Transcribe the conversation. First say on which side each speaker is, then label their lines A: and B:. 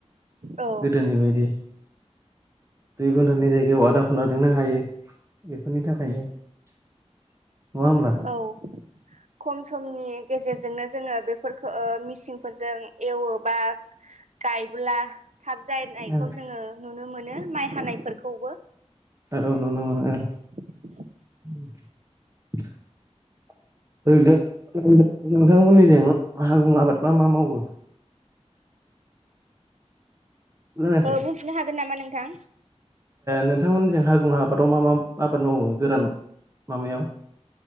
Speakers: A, on the right; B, on the right.
A: औ
B: गोदोनि बायदि दुइघन्टा निजायगायाव बादा खना दोंनो हायो बेफोरनि थाखायनो नङा होमबा
A: औ खम समनि गेजेरजोंनो जोङो बेफोरखौ मिसिंफोरजों एवोबा गायब्ला थाब जानायखौ
B: औ
A: जोङो नुनो मोनो माइ हानायफोरखौबो
B: औ नुनो मोनो।
A: <unintelligible>
B: <inaudible> ओइ नोंथां नोंथांमोननि जें हागुं आबाद मा मा मावो खोनायाखै
A: बुंफिनो हागोन नामा नोंथां।
B: नोंथांमोनजों हागुं आबादाव मा मा आबाद मावो गोरान माबायाव